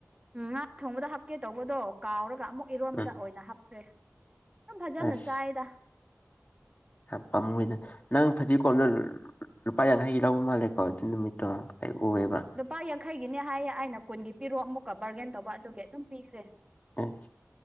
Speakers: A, on the right; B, on the left.
A: ꯎꯝ ꯉꯥ ꯊꯣꯡꯕꯗ ꯍꯥꯞꯀꯦ ꯇꯧꯕꯗꯣ ꯀꯥꯎꯔꯒ ꯑꯃꯨꯛ ꯏꯔꯣꯟꯕꯗ
B: ꯎꯝ
A: ꯑꯣꯏꯅ ꯍꯥꯞꯈ꯭ꯔꯦ ꯌꯥꯝ ꯐꯖꯅ
B: ꯑꯁ
A: ꯆꯥꯏꯗ
B: <unintelligible> ꯅꯪ ꯐꯗꯤ ꯀꯣꯝꯅ ꯂꯨꯄꯥ ꯌꯥꯡꯈꯩꯒꯤ ꯂꯧꯕ ꯃꯥꯜꯂꯦꯀꯣ ꯑꯗꯨ ꯅꯨꯃꯤꯠꯇꯣ ꯑꯩ ꯎꯑꯦꯕ
A: ꯂꯨꯄꯥ ꯌꯥꯡꯈꯩꯒꯤꯅꯦ ꯍꯥꯏꯌꯦ ꯑꯩꯅ ꯀꯨꯟꯒꯤ ꯄꯤꯔꯣ ꯑꯃꯨꯛꯀꯥ ꯕꯥꯔꯒꯦꯟ ꯇꯧꯕ ꯑꯗꯨꯒꯤ ꯑꯗꯨꯝ ꯄꯤꯈ꯭ꯔꯦ
B: ꯑꯦ